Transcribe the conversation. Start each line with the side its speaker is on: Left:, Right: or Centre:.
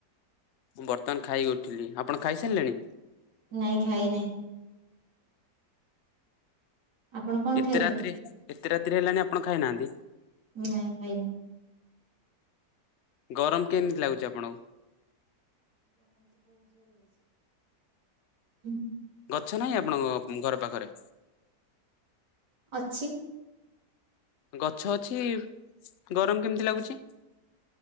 Left: ମୁଁ ବର୍ତ୍ତମାନ ଖାଇକି ଉଥିଲି ଆପଣ ଖାଇସାରିଲେଣି
Right: ନାଇଁ ଖାଇ ନାହିଁ। ଆପଣ କଣ
Left: ଏତେ
Right: ଖାଇଲେ?
Left: ରାତିରେ ଏତେ ରାତିରେ ହେଲାଣି ଆପଣ ଖାଇନାହାନ୍ତି।
Right: ନାଇଁ ଖାଇନି
Left: ଗରମ କେମିତି ଲାଗୁଚି ଆପଣଙ୍କୁ?
Right: ହୁଁ।
Left: ଗଛ ନାହିଁ ଆପଣଙ୍କ ଘର ପାଖରେ
Right: ଅଛି।
Left: ଗଛ ଅଛି ଗରମ କେମିତି ଲାଗୁଚି?